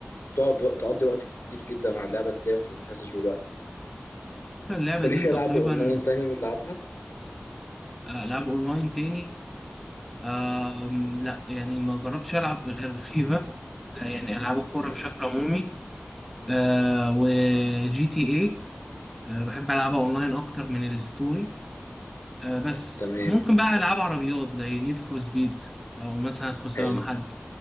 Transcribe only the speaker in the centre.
اللعبة
دي
تقريبا
آه، ألعاب أونلاين تاني آم، لا يعني ما جربتش ألعب غير فيفا آه، يعني ألعاب الكورة
بشكل عمومي آه، وجي تي إيه آه، بحب ألعبها أونلاين أكتر من الستوري آه، بس
ممكن بقى ألعاب عربيات زي نيد فور سبيد لو مثلا أدخل سباق
مع حد